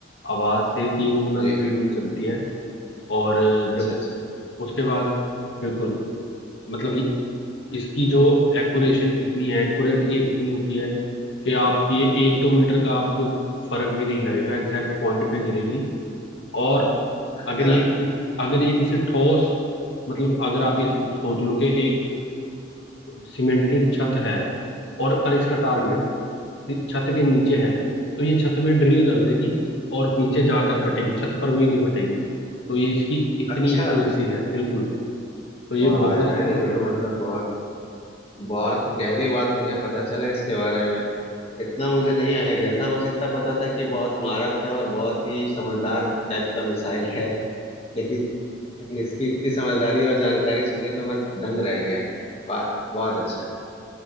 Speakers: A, on the left (about 65°); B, on the left (about 30°).
A: आवाज से तीन गुना
B: जी
A: स्पीड में चलती है और अ,
B: अच्छा
A: जब
B: अच्छा
A: उसके बाद बिल्कुल मतलब ये- इसकी जो एक्यूरेशन इतनी है एक्यूरेट ये इतनी होती है कि आप ये एक दो मीटर का आपको फर्क भी नहीं लगेगा एग्जैक्ट पॉइंट पे गिरेगी और
B: अच्छा
A: अगर ये किस अगर ये किसी ठोस मतलब अगर आप ये सोच लो कि एक सीमेंटेड छत है और पर इसका टारगेट
B: हम्म
A: छत के नीचे है तो ये छत में ड्रिल कर
B: हम्म
A: देगी और नीचे जाकर फटेगी छत पर भी नहीं फटेगी तो ये इसकी इतनी
B: अच्छा
A: एक्यूरेसी है बिल्कुल तो ये
B: वाह
A: बहुत
B: यार
A: एक्यूरेट
B: ये तो
A: है
B: मतलब बहुत बहुत गहरी बात मुझे पता चला इसके बारे में इतना मुझे नहीं आइडिया था बस इतना पता था कि ये बहुत मारक है और बहुत ही समझदार टाइप का मिसाइल है लेकिन इसकी इतनी समझदारी और जानकारी सुन के तो मैं दंग रह गया वाह बहुत अच्छा